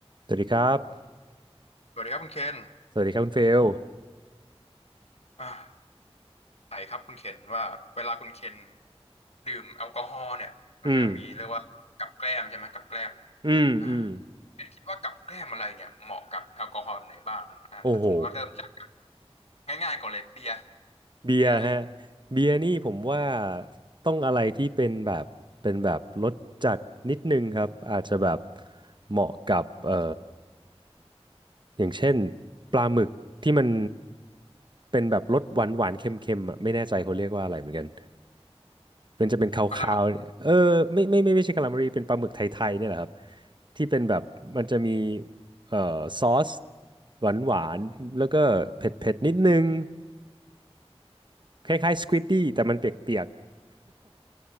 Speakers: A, on the right; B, on the left.
A: สวัสดีครับ
B: สวัสดีครับคุณเคน
A: สวัสดีครับคุณเฟล
B: อ่าไหนครับคุณเคนว่าเวลาคุณเคนดื่มแอลกอฮอล์เนี่ยมันก็จะมีเรียกว่ากับแกล้มใช่ไหมกับแกล้ม
A: อืมอืมอืม
B: อ่าเคนคิดว่ากับแกล้มอะไรเนี่ยเหมาะกับแอลกอฮอล์แบบไหนบ้างอ่าถ้าสมมติว่าเริ่มจาก
A: โอ้โห
B: ง่ายๆก่อนเลยเบียร์
A: เบียร์ฮะ
B: เบียร์เลย
A: เบียร์นี่ผมว่าต้องอะไรที่เป็นแบบเป็นแบบรสจัดนิดนึงครับ อาจจะแบบเหมาะกับเอ่ออย่างเช่นปลาหมึกที่มันเป็นแบบรสหวานหวานเค็มๆอ่ะไม่แน่ใจเขาเรียกว่าอะไรเหมือนกัน มันจะเป็นคาวๆเนี่ยเออไม่ไม่ไม่ไม่ใช่คาลามารีเป็นปลาหมึกไทยๆเนี่ยแหละครับ
B: ปราจารย
A: ที่เป็นแบบมันจะมีเอ่อซอสหวานหวานแล้วก็เผ็ดเผ็ดนิดนึงคล้ายๆสควิ d ดี้แต่มันเปียกๆ